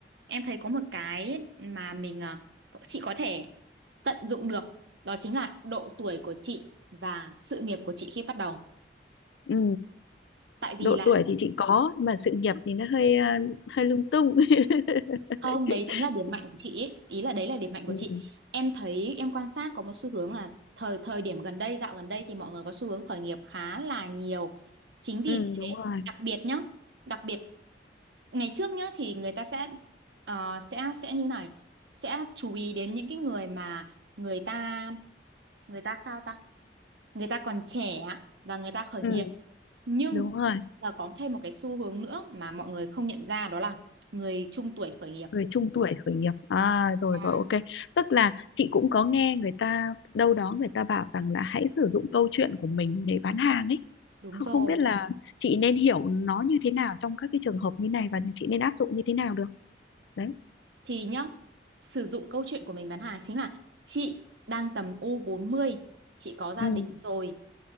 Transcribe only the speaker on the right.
em thấy có một cái mà mình à, chị có thể tận dụng được đó chính là độ tuổi của chị và sự nghiệp của chị khi bắt đầu
tại
vì là
không đấy chính là điểm mạnh của chị ý, ý là đấy là điểm mạnh của
chị em thấy em quan sát có một xu hướng là thời thời điểm gần đây dạo gần đây thì mọi người có xu hướng khởi nghiệp khá là nhiều chính vì
thế
đặc biệt nhá đặc biệt ngày trước nhá thì người ta sẽ ờ, sẽ sẽ như này sẽ chú ý đến những cái người mà người ta người ta sao ta người ta còn trẻ và người ta khởi
nghiệp nhưng
là có thêm một cái xu hướng nữa mà mọi người không nhận ra đó là người trung tuổi khởi nghiệp
À,
Đúng
rồi.
Thì nhá, sử dụng câu chuyện của mình bán hàng chính là chị đang tầm u bốn mươi chị có gia
đình rồi,